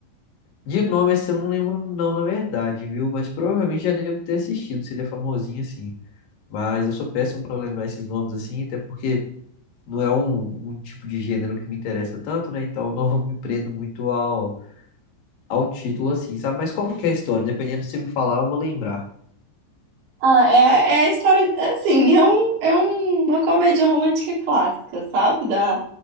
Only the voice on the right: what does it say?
Ah, é, é a história, é assim, é, um, é um- uma comédia romântica clássica, sabe? Da,